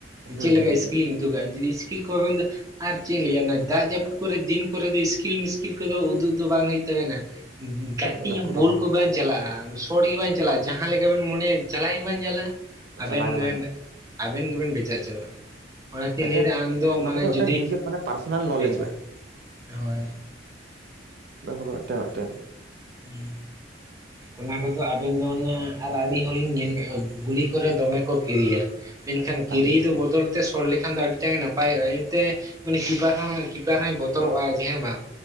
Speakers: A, on the right; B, on the right.
A: ᱦᱩᱸ
B: ᱪᱮᱫ ᱞᱮᱠᱟ
A: ᱦᱩᱸ
B: ᱤᱥᱠᱤᱞᱤᱧ ᱩᱫᱩᱜᱟ, ᱟᱨ <unintelligible> ᱢᱩᱤᱥᱠᱤᱞ ᱠᱚ ᱢᱮᱱ ᱫᱚ ᱟᱨ ᱪᱮᱫ ᱤᱧ ᱞᱟᱹᱭᱟ ᱚᱱᱟ ᱫᱟᱜ ᱡᱟᱹᱯᱩᱫ ᱠᱚᱨᱮ ᱫᱤᱱ ᱠᱚᱨᱮ ᱫᱚ ᱤᱥᱠᱤᱞ-ᱢᱤᱥᱠᱤᱞ ᱠᱚᱫᱚ ᱩᱫᱩᱜ ᱫᱚ ᱵᱟᱝ ᱦᱩᱭᱩᱜ ᱛᱟᱵᱮᱱᱟ᱾ ᱠᱟᱴᱤ
A: ᱚᱱᱟ
B: ᱦᱚᱸ
A: ᱠᱚᱨᱮ ᱫᱚ
B: ᱵᱳᱞ
A: ᱵᱟᱝ
B: ᱠᱚ ᱵᱮᱱ ᱪᱟᱞᱟᱜᱼᱟ ᱥᱚᱴ ᱜᱮ ᱵᱟᱝ ᱪᱟᱞᱟᱜᱼᱟ ᱡᱟᱦᱟᱸ ᱞᱮᱠᱟ ᱵᱮᱱ ᱢᱚᱱᱮᱭᱟ ᱪᱟᱞᱟᱭ ᱜᱮ ᱵᱟᱝ ᱪᱟᱞᱟᱜᱼᱟ᱾ ᱟᱵᱮᱱ
A: ᱪᱟᱞᱟᱣ ᱜᱮ
B: ᱜᱮᱵᱮᱱ,
A: ᱵᱟᱝ ᱪᱟᱞᱟᱜᱼᱟ
B: ᱟᱵᱮᱱ ᱜᱮᱵᱮᱱ ᱵᱮᱡᱟᱨ ᱪᱟᱵᱟᱜᱼᱟ᱾ ᱚᱱᱟᱛᱤᱧ
A: ᱢᱤᱫᱴᱮᱱ
B: ᱞᱟᱹᱭᱫᱟ ᱟᱢ ᱫᱚ
A: ᱚᱱᱟ
B: ᱢᱟᱱᱮ
A: ᱠᱚᱫᱚ ᱢᱤᱫᱴᱮᱱ
B: ᱡᱩᱫᱤ,
A: ᱱᱤᱡᱮ ᱢᱟᱱᱮ ᱯᱟᱨᱥᱚᱱᱟᱞ ᱱᱚᱞᱮᱡᱽ
B: ᱮᱠᱫᱚᱢ ᱦᱳᱭ᱾
A: ᱵᱟᱠᱷ ᱫᱚ ᱢᱮᱫᱴᱮᱡ ᱢᱮᱫᱴᱮᱡ᱾
B: ᱦᱩᱸ, ᱚᱱᱟ ᱠᱚ ᱜᱮ ᱟᱵᱮᱱ ᱫᱚ ᱚᱱᱟ ᱟᱨ ᱟᱹᱰᱤ ᱦᱚᱲᱤᱧ ᱧᱮᱞ ᱠᱮᱜ ᱠᱚᱣᱟ ᱜᱩᱞᱤ ᱠᱚᱨᱮ ᱫᱚᱢᱮ ᱠᱚ ᱠᱤᱨᱤᱭᱟ᱾ ᱢᱮᱱᱠᱷᱟᱱ ᱠᱤᱨᱤ
A: ᱟᱹᱰᱤ ᱵᱮᱥᱤ
B: ᱫᱚ
A: ᱦᱮᱸ
B: ᱵᱚᱫᱚᱞ ᱛᱮ ᱥᱚᱴ ᱞᱮᱠᱷᱟᱱ ᱫᱚ ᱟᱹᱰᱤᱴᱟ ᱜᱮ ᱱᱟᱯᱟᱭᱚᱜᱼᱟ᱾ ᱤᱱᱟᱹᱛᱮ ᱢᱟᱱᱮ ᱠᱤᱯᱟᱨ ᱦᱚᱸ ᱠᱤᱯᱟᱨ ᱦᱚᱸᱭ ᱵᱚᱛᱚᱨᱚᱜᱼᱟ ᱡᱮ ᱦᱮᱸ ᱵᱟᱝ,